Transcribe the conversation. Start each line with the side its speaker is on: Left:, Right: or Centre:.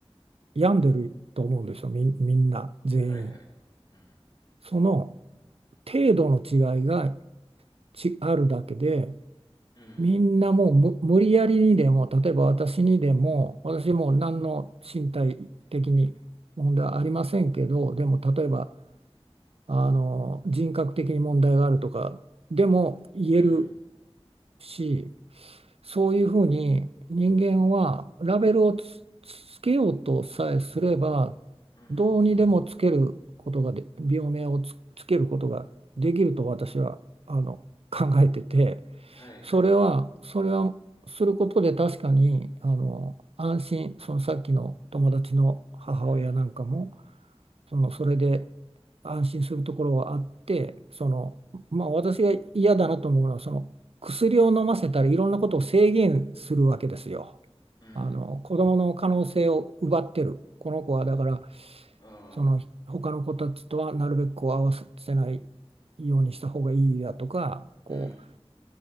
Right: 病んでると思うんですよ、みん、みんな、全員。
Left: はいはい。うん、
Right: その程度の違いがち、あるだけで、
Left: うん、
Right: みんなもうむ無理やりにでも例えば私にでも私も何の身体的に問題はありませんけどでも例えばあの人格的に問題があるとかでも言える
Left: うん、
Right: しそういうふうに人間はラベルをつ、つけようとさえすれば
Left: うん、
Right: どうにでもつけることがで病名をつ、つけることができると私はあの考えてて。
Left: はいはい。
Right: それは、それはすることで確かに、あの、安心、そのさっきの友達の母親なんかも、
Left: うん、
Right: その、それで安心するところはあって、その、まあ私が嫌だなと思うのは、その薬を飲ませたらいろんなことを制限するわけですよ。
Left: うん、
Right: あの、子供の可能性を奪ってる。この子はだから、
Left: ああ、
Right: その他の子たちとはなるべくこう合わせないようにした方がいいだとか、こう
Left: うん、